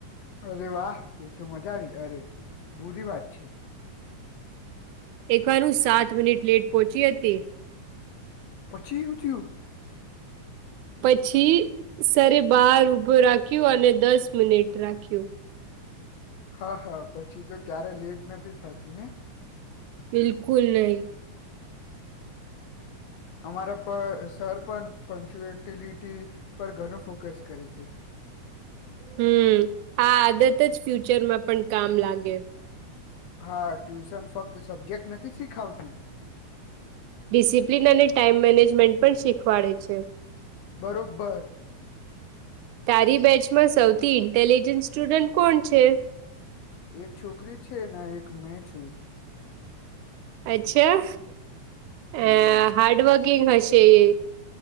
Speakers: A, on the left; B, on the right.
A: અરે વાહ! એ તો મજા આવી, અરે બુરી વાત છે.
B: એક વાર હું સાત મિનિટ લેટ પહોંચી હતી.
A: પછી હું થયું?
B: પછી સરે બહાર ઊભો રાખ્યું, અને દસ મિનિટ રાખ્યું.
A: હા, હા. પછી તો ક્યારેય લેટ નથી થતી ને?
B: બિલકુલ નહીં.
A: અમારા પર સર પણ પંચુએટલિટી પર ઘણો ફોકસ કરે છે.
B: હમ્મ. આ આદત જ ફ્યુચરમાં પણ કામ લાગે.
A: હા. ટ્યુશન ફક્ત સબ્જેક્ટ નથી શીખાવતું
B: ડિસિપ્લિન અને ટાઈમ મેનેજમેન્ટ પણ શીખવાડે છે.
A: બરોબર.
B: તારી બેચમાં સૌથી ઇન્ટેલિજન્ટ સ્ટુડન્ટ કોણ છે?
A: એક છોકરી છે ને એક મેં છું.
B: અચ્છા અ
A: હા
B: હાર્ડવર્કિંગ હશે એ.